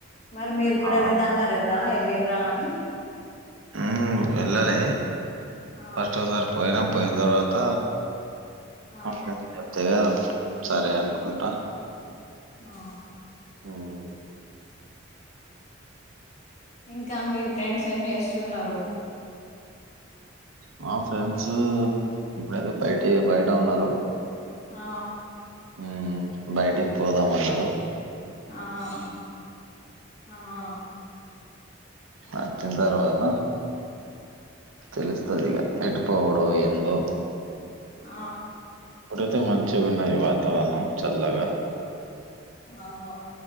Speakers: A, on the left; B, on the right.
A: మరి మీరు కూడా
B: ఆ,
A: వెల్తా అన్నరు కదా వెళ్ళిన్రా అని?
B: ఉమ్, వెళ్ళలే
A: ఆ
B: ఫస్ట్ అసల్ పోయినం పోయిన తర్వాత
A: ఆ
B: మా ఫ్రెండ్స్ చెప్తే సరే అనుకుంటా
A: ఆ
B: ఉమ్
A: ఇంకా మీ ఫ్రెండ్స్ ఏం చేస్తున్నరు?
B: మా ఫ్రెండ్స్ ఇప్పుడైతే బయటె బయట ఉన్నరు.
A: ఆ
B: ఉమ్ బయటికి పోదామన్నరు.
A: ఆహా ఆ
B: అచ్చిన తర్వాత తెలుస్తది ఇగ ఎటుపోవుడో ఏందో
A: ఆ
B: ఇప్పుడైతే మంచిగా ఉన్నది వాతావరణం చల్లగా
A: ఆ